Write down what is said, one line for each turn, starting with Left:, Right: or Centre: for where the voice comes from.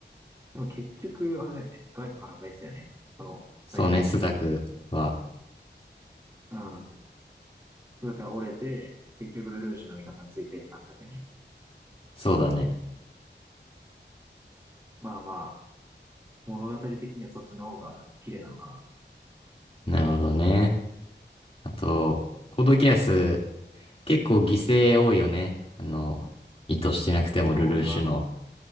Right: でも結局、あれだよね。外部から返しだよね。その、
Left: そうね、
Right: 最終的には。
Left: スザクは、
Right: うん。だから折れて、結局ルルーシュの味方についてって感じだったよね。
Left: そうだね。
Right: まあまあ、物語的にはそっちの方が綺麗なのか
Left: なるほどね。あと、コードギアス、結構犠牲多いよね。あの、意図してなくてもルルーシュの。
Right: な。いや、多いわ。